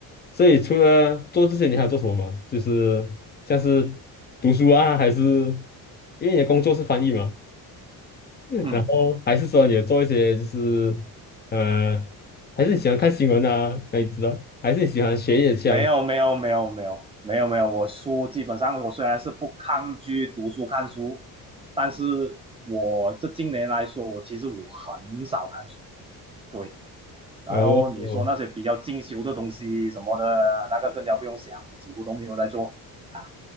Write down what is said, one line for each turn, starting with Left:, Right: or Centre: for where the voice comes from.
Left: 所以除了做这些，你还要做什么吗？就是像是读书啊，还是因为你的工作是翻译嘛，
Right: 嗯。
Left: 然后还是说你有做一些就是呃，还是你喜欢看新闻啊，那你知道，还是你喜欢学一点像
Right: 没有没有没有没有没有没有，我书基本上我虽然是不抗拒读书看书，但是我这近年来说，我其实我很少看书，对。然后你说那些比较进修的东西什么的，
Left: 哦，
Right: 那个更加不用想，我几乎都没有在做啊，